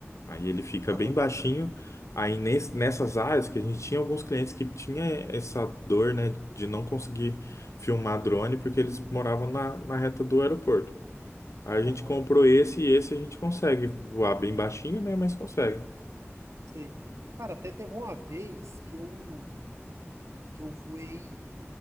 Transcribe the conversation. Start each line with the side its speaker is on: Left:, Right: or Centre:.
Left: Aí ele fica
Right: aham,
Left: bem baixinho. Aí nes- nessas áreas que a gente tinha alguns clientes que tinha essa dor, né, de não conseguir filmar drone porque eles moravam na, na reta do aeroporto. Aí a
Right: aham,
Left: gente comprou esse e esse a gente consegue voar bem baixinho, né, mas consegue.
Right: sei. Cara, até teve uma vez que eu que eu voei